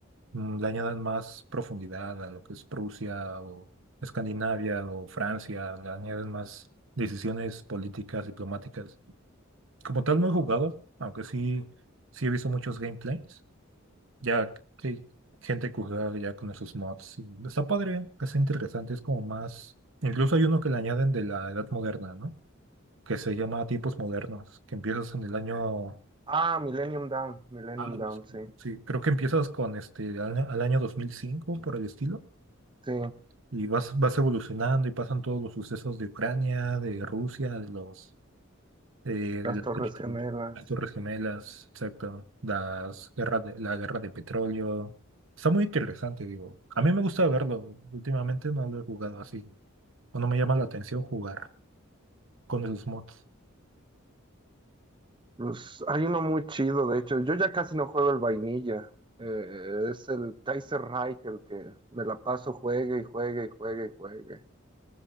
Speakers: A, on the right (about 65°); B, on the right (about 25°).
A: mm, le añaden más profundidad a lo que es Prusia o Escandinavia o Francia, le añaden más decisiones políticas, diplomáticas. Como tal no he jugado, aunque sí, sí he visto muchos gameplays. Ya que gente que juega ya con esos mods. Y está padre, es interesante, es como más. Incluso hay uno que le añaden de la edad moderna, ¿no? Que se llama tipos modernos, que empiezas en el año.
B: Ah, Millennium Down, Millennium
A: Ah,
B: Down,
A: sí,
B: sí.
A: sí, creo que empiezas con este al, al año 2005 por el estilo.
B: Sí,
A: Y vas, vas evolucionando y pasan todos los sucesos de Ucrania, de Rusia, de los eh, el-
B: las Torres
A: el-
B: Gemelas.
A: las Torres Gemelas, exacto, las guerras de, la guerra de petróleo. Está muy interesante, digo. A mí me gusta verlo. Últimamente no lo he jugado así. O no me llama la atención jugar con esos mods.
B: Pues hay uno muy chido, de hecho. Yo ya casi no juego el vainilla. Eh, es el Kaiser Reich el que me la paso, juegue y juegue y juegue y juegue.